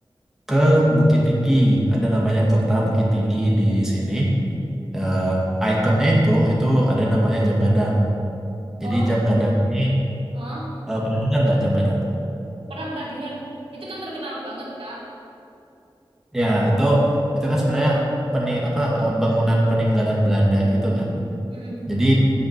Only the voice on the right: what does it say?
Oh,
Hah?
pernah pernah dengar. Itu kan terkenal banget, Kak.
mm